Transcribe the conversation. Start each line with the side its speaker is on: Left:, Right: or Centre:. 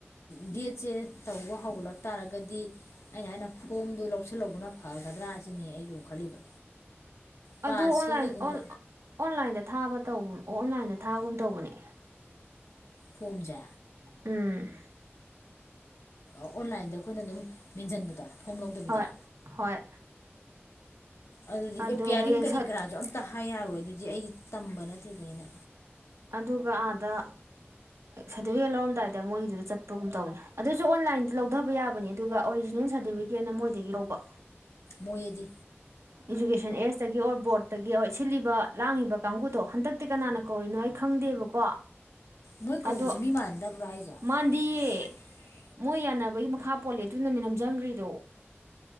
Left: ꯕꯤ ꯑꯦꯠꯁꯦ ꯇꯧꯕ ꯍꯧꯒꯠꯂꯛ ꯇꯥꯔꯒꯗꯤ ꯑꯩꯅ ꯍꯥꯏꯅ ꯐꯣꯝꯗꯣ ꯂꯧꯁꯜꯍꯧꯕꯅ ꯐꯒꯗ꯭ꯔꯥ ꯁꯤꯅꯤ ꯑꯩꯖꯨꯝ ꯈꯜꯂꯤꯕ ꯄꯥꯁꯇꯣ
Right: ꯑꯗꯨ ꯑꯣꯟꯂꯥꯏꯟ
Left: ꯀꯩꯒꯨꯝꯕ
Right: ꯑꯣꯟ ꯑꯣꯟꯂꯥꯏꯟꯗ ꯊꯥꯕ ꯇꯧ ꯑꯣꯟꯂꯥꯏꯟꯗ ꯊꯥꯕꯒꯨꯝ ꯇꯧꯕꯅꯦ
Left: ꯐꯣꯝꯁꯦ
Right: ꯎꯝ
Left: ꯑꯣꯟꯂꯥꯏꯟꯗ ꯑꯈꯣꯏꯅ ꯑꯗꯨꯝ ꯃꯦꯟꯖꯟꯕꯗꯣ ꯐꯣꯝ ꯂꯧꯗꯕꯤꯗ
Right: ꯍꯣꯏ ꯍꯣꯏ
Left: ꯑꯗꯨꯗꯤ
Right: ꯑꯗꯨ
Left: ꯑꯦꯄ꯭ꯌꯥꯔꯤꯡ
Right: ꯍꯌꯦꯡ
Left: ꯀꯔꯤ
Right: ꯁꯠ
Left: ꯀꯔꯥꯖꯨ ꯑꯝꯇ ꯍꯥꯏ ꯌꯥꯔꯣꯏ ꯑꯗꯨꯗꯤ ꯑꯩꯗꯤ ꯇꯝꯕ ꯅꯠꯇ꯭ꯔꯤꯝꯅꯤꯅ
Right: ꯑꯗꯨꯒ ꯑꯥꯗ ꯁꯥꯔꯇꯤꯕꯤꯀꯦꯠ ꯂꯧꯔꯝ ꯗꯥꯏꯗ ꯃꯣꯏꯒꯤꯗꯨꯗ ꯆꯠꯄꯒꯨꯝ ꯇꯧꯕꯅꯤ ꯑꯗꯨꯖꯨ ꯑꯣꯟꯂꯥꯏꯟꯗ ꯂꯧꯗꯕ ꯌꯥꯕꯅꯤ ꯑꯗꯨꯒ ꯑꯣꯔꯤꯖꯤꯅꯦꯜ ꯁꯥꯔꯇꯤꯕꯤꯀꯦꯠꯅ ꯃꯣꯏꯗꯒꯤ ꯂꯧꯕ
Left: ꯃꯣꯏꯑꯗꯤ
Right: ꯏꯖꯨꯀꯦꯁꯟ ꯑꯦꯖꯇꯒꯤ ꯑꯣꯔ ꯕꯣꯔꯗꯇꯒꯤ ꯑꯣꯏ ꯁꯤꯜꯂꯤꯕ ꯂꯥꯡꯉꯤꯕ ꯀꯥꯡꯒꯨꯗꯣ ꯍꯟꯗꯛꯇꯤ ꯀꯅꯥꯅ ꯀꯧꯔꯤꯅꯣ ꯑꯩ ꯈꯪꯗꯦꯕꯀꯣ
Left: ꯃꯣꯏ ꯀꯧꯕꯖꯨ
Right: ꯑꯗꯣ
Left: ꯃꯤ ꯃꯥꯟꯅꯗꯕ꯭ꯔꯥ ꯍꯥꯏꯖꯦ ꯃꯥꯟꯅꯩꯌꯦ
Right: ꯃꯥꯟꯗꯤꯌꯦ ꯃꯣꯏ ꯌꯥꯅꯕꯒꯤ ꯃꯈꯥ ꯄꯣꯜꯂꯦ ꯑꯗꯨꯅꯅꯦ ꯅꯝꯖꯟꯒ꯭ꯔꯤꯗꯣ